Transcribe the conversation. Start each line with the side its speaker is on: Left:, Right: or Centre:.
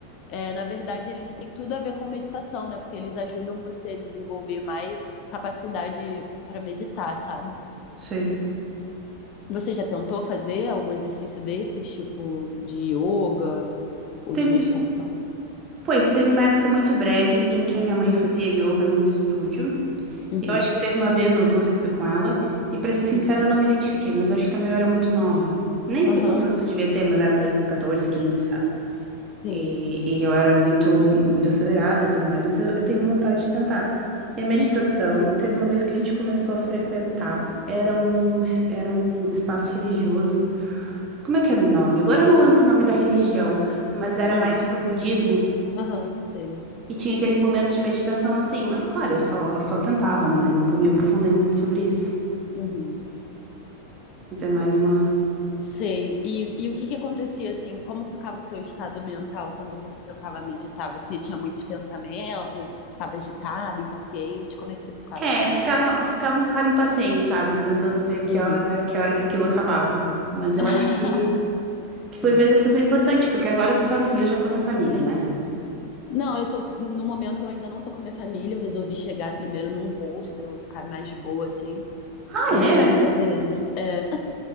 Left: é, na verdade eles têm tudo a ver com meditação, né? Porque eles ajudam você a desenvolver mais capacidade para meditar, sabe?
Right: Sei.
Left: Você já tentou fazer algum exercício desses, tipo de yoga ou
Right: Teve,
Left: de meditação?
Right: pois, teve uma época muito breve em que a minha mãe
Left: Uhum,
Right: fazia yoga num estúdio.
Left: uhum,
Right: E Eu acho que teve uma vez ou duas que eu fui com ela, e pra ser sincera,
Left: uhum,
Right: eu não me identifiquei, mas eu acho que também eu era muito nova. Nem
Left: aham,
Right: sei quantos anos eu devia ter, mas era pra ir 14, 15, sabe?
Left: sim,
Right: E, e eu era muito, muito acelerada e tudo mais, mas eu, eu tenho vontade de tentar. E a meditação,
Left: uhum,
Right: teve uma vez que a gente começou a frequentar, era um, era um espaço religioso. Como é que era o nome? Agora eu não lembro o nome da religião, mas era
Left: uhum,
Right: mais pro budismo.
Left: aham, sei.
Right: E tinha aqueles momentos de meditação assim, mas claro, eu só, só tentava, não é? Nunca me aprofundei muito sobre isso.
Left: Uhum.
Right: Mas é mais uma.
Left: Sei. E, e o que que acontecia assim? Como ficava o seu estado mental quando você tentava meditar? Você tinha muitos pensamentos? Você ficava agitada, impaciente? Como é que você ficava
Right: É,
Left: assim?
Right: ficava, ficava um bocado impaciente, sabe? Tentando ver que
Left: Uhum.
Right: hora, que hora que aquilo acabava. Mas eu
Left: <laughs>
Right: acho que,
Left: Sim.
Right: que por vezes é super importante, porque agora tu tá no Rio já com a tua família, né?
Left: Não, eu tô, no momento eu ainda não tô com a minha família, eu resolvi chegar primeiro num hostel, ficar mais de boa assim,
Right: Ah,
Left: e
Right: é?
Left: depois eu vou ver eles. É,